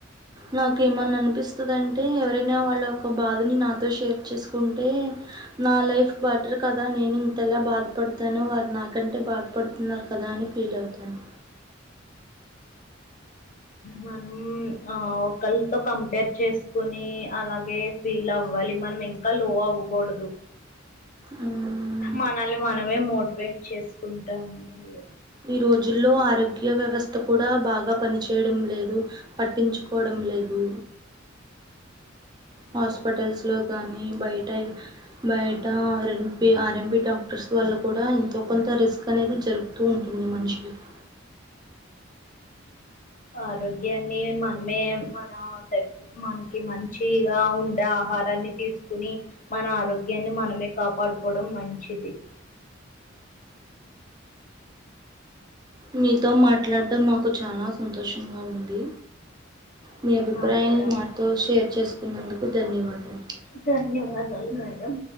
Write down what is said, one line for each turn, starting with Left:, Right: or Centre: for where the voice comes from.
Right: నాకేమన్నా అనిపిస్తదంటే ఎవరైనా వాళ్ళ యొక్క బాధని నాతో షేర్ చేసుకుంటే నా లైఫ్ బెటర్ కదా నేను ఇంతలా బాధపడతాను వారు నాకంటే బాధపడుతున్నారు కదా అని ఫీల్ అవుతాను
Left: మనం ఒకల్తో కంపేర్ చేసుకుని అలాగే ఫీల్ అవ్వ లి మనం ఇంకా లో అవ్వకూడదు
Right: మ్మ్.
Left: మనల్ని మనమే మో వెయిట్ చేసుకుంటా ఉండాలి
Right: ఈ రోజుల్లో ఆరోగ్య వ్యవస్థ కూడా బాగా పనిచేయడం లేదు పట్టించుకోవడం లేదు హాస్పిటల్స్ లో కానీ బయట బయట ఆర్ఎంపి డాక్టర్స్ వాళ్ళకు కూడా ఎంతో కొంత రిస్క్ అనేది జరుగుతూ ఉంటుంది మనుషులకి
Left: ఆరోగ్యాన్ని మనమే మన దగ్ మనకి మంచిగా ఉండా ఆహారాన్ని తీసుకుని మన ఆరోగ్యాన్ని మనమే కాపాడుకోవడం మంచిది
Right: మీతో మాట్లాడడం మాకు చాలా సంతోషంగా ఉంది మీ అభిప్రాయాలని
Left: మాకు కూడా
Right: మాతో షేర్ చేసుకున్నందుకు ధన్యవాదాలు
Left: ధన్యవాదాలు మేడం